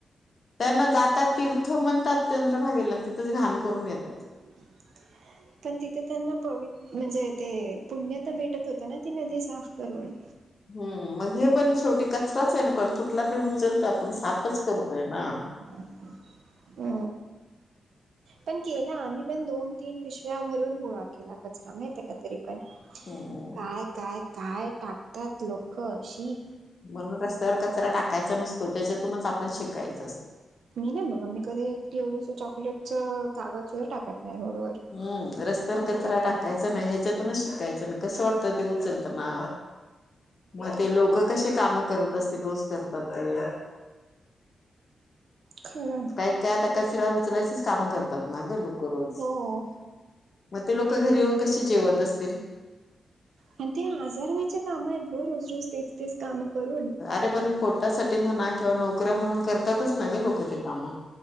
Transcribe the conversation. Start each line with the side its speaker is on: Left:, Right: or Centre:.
Left: त्यांना जातात तीर्थ म्हणतात चंद्रभागेला आणि तिथंच घाण करून येतात.
Right: <inaudible> पण तिथे त्यांना पवि.. म्हणजे ते पुण्य तर भेटत होत ना ती नदी साफ करून.
Left: हम् मग हे पण शेवटी कचराच आहे ना कोण कुठला तरी उचलतो आपण साफचं करतोय ना.
Right: <inaudible> अ पण केलं आम्ही पण दोन तीन पिशव्या भरून गोळा केला कचरा माहित का तरी पण,
Left: हम्म
Right: काय काय काय टाकतात लोकं शी.
Left: म्हणून रस्त्यावर कचरा टाकायचा नसतो त्याच्यातूनच आपण शिकायचं असत.
Right: मी नाही बाबा मी कधी एवढसं चॉकलेटच कागद सुधा टाकत नाही रोडवर.
Left: हम्म रस्त्यावर
Right: आधीपासून
Left: कचरा टाकायचा नाही ह्याच्यातूनच शिकायचं अन् कसं वाटतं ते उचलताना. मग ते लोक कसे कामं करत असतील रोज करतात ते.
Right: खरं‌य.
Left: काय काय आता कचरा उचलायचीच कामं करतात ना गं लोकं रोज.
Right: हो
Left: मग ते लोकं घरी येऊन कशी जेवत असतील?
Right: आणि ते आजार व्हायचे काम आहेत गं रोज रोज तेच तेच कामं करून.
Left: नाही पण पोटासाठी म्हणा किंवा नोकऱ्या म्हणून करतातच ना गं लोक ते कामं.